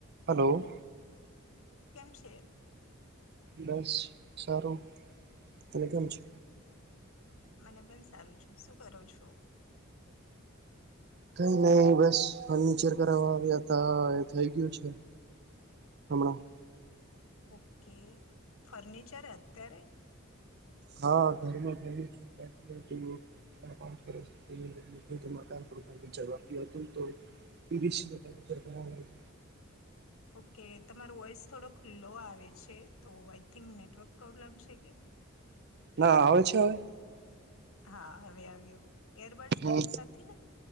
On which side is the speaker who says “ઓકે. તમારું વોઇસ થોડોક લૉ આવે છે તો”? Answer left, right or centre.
Left